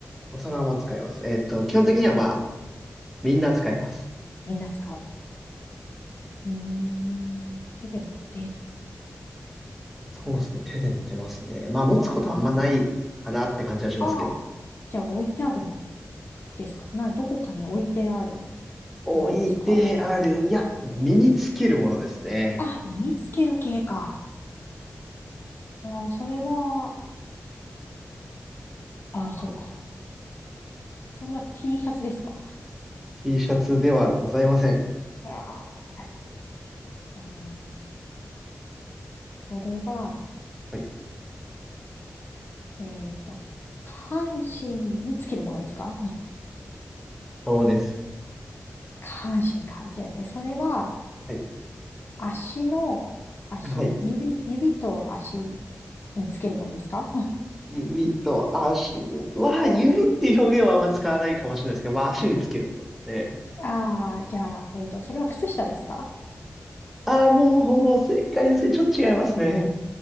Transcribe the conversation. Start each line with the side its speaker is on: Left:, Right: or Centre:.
Centre: 大人も使います。えっと、基本的にはまあ、みんな使います。
Left: みんな使う。うーん。手で持っている。
Centre: そうですね。手で持てますね。まあ、持つことはあんまないかなって感じはしますけど。
Left: ああ、じゃあ置いてあるものですかな、どこかに置いてある
Centre: 置いてある。
Left: ものですか
Centre: いや、身につけるものですね。
Left: あ、身につける系か。ああ、それは、ああ、
Centre: はい。
Left: そうか。それは T シャツですか
Centre: T シャツではございません。
Left: ああ、はい。あーそれは、
Centre: はい。
Left: えっと、下半身につけるものですかあ
Centre: そうです。
Left: 下半身か。じゃあ、えそれは、
Centre: はい。
Left: 足の、足、
Centre: はい
Left: 指、指と足につけるものですか <laughs>
Centre: 指と足に。まあ、
Left: うん
Centre: 指っていう表現はあんま使わないかもしれないですけど、まあ、足につけるものですね。
Left: ああじゃあ、えっと、それは靴下ですか
Centre: ああ、もうほぼ正解ですけど、ちょっと違いますね。